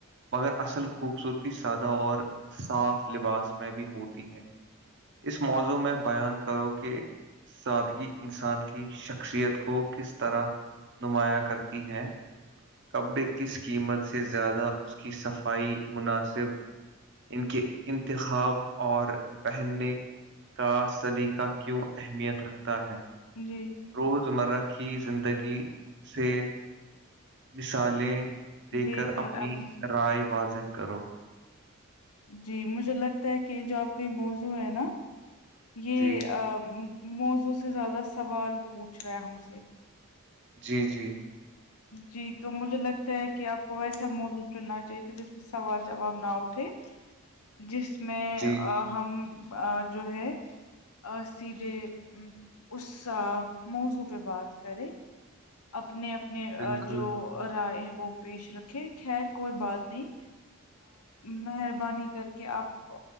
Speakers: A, on the right; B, on the left.
A: مگر اصل خوبصورتی سادہ اور صاف لباس میں بھی ہوتی ہے اس موضوع میں بیان کرو کہ سادگی انسان کی شخصیت کو کس طرح نمایاں کرتی ہے کپڑے کس قیمت سے زیادہ اس کی صفائی مناسب ان کے انتخاب خواب اور پہننے کا سلیقہ کیوں اہمیت رکھتا ہے
B: جی
A: روزمرہ کی زندگی سے مثالیں د
B: دیکھ
A: کر اپنی
B: آپ
A: رائے واضح کرو
B: جی مجھے لگتا ہے کہ جو آپ کے یہ موضوع ہے نا یہ
A: جی
B: موضوںع سے زیادہ سوال پوچھ رہا ہے ہم سے
A: جی جی
B: جی تو مجھے لگتا ہے کہ آپ کو ویسا موضوع چننا چاہیے تھا جس میں سوال جواب نہ اٹھے جس میں
A: جی
B: ہم جو ہے سیدھے ا اس موضوع پہ بات کرے اپنے اپنے
A: بالکل
B: جو رائے ہے وہ پیش رکھے خیر کوئی بات نہیں مہربانی کر کے آپ